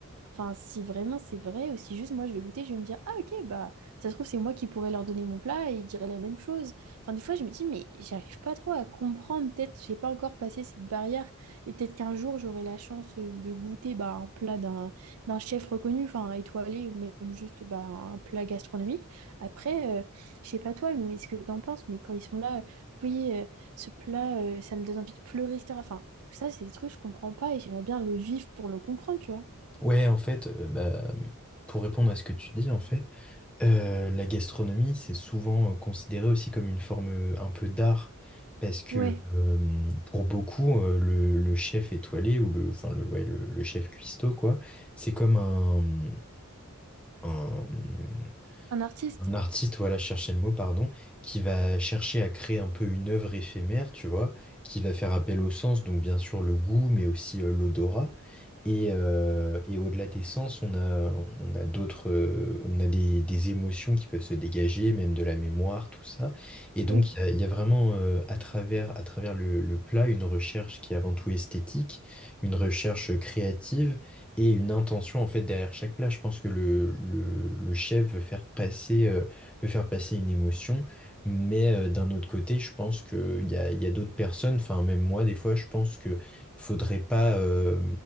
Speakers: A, on the right (about 75°); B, in the centre.
A: Enfin, si vraiment c'est vrai, ou si juste moi je vais goûter, je vais me dire, ah ok, bah ça se trouve c'est moi qui pourrais leur donner mon plat et ils diraient la même chose. Enfin, des fois je me dis, mais j'arrive pas trop à comprendre, peut-être j'ai pas encore passé cette barrière et peut-être qu'un jour j'aurai la chance euh, de goûter bah, un plat d'un d'un chef reconnu, enfin étoilé ou même juste bah, un plat gastronomique. Après, euh, je sais pas toi, mais ce que t'en penses, mais quand ils sont là, euh, oui, euh, ce plat, euh, ça me donne envie de pleurer, etc. Enfin, ça c'est des trucs que je comprends pas et j'aimerais bien le vivre pour le comprendre, tu vois.
B: Ouais, en fait, euh, bah, pour répondre à ce que tu dis, en fait, Euh, la gastronomie, c'est souvent euh, considéré aussi comme une forme euh, un peu d'art, parce que
A: Ouais.
B: euh, pour beaucoup, euh, le, le chef étoilé, ou le, enfin, le, ouais, le, le chef cuistot, quoi, c'est comme un, mmh, un,
A: Un artiste?
B: un artiste, voilà, chercher le mot, pardon, qui va chercher à créer un peu une œuvre éphémère, tu vois, qui va faire appel au sens, donc bien sûr le goût, mais aussi euh, l'odorat. Et, euh, et au-delà des sens, on a, on a d'autres, euh, on a des, des émotions qui peuvent se dégager, même de la mémoire, tout ça. Et donc,
A: Ouais.
B: il y a, il y a vraiment, euh, à travers, à travers le, le plat, une recherche qui est avant tout esthétique, une recherche créative et une intention, en fait, derrière chaque plat. Je pense que le, le, le chef veut faire passer, euh, veut faire passer une émotion. Mais euh, d'un autre côté, je pense qu'il y a, il y a d'autres personnes, enfin, même moi, des fois, je pense que faudrait pas. euh,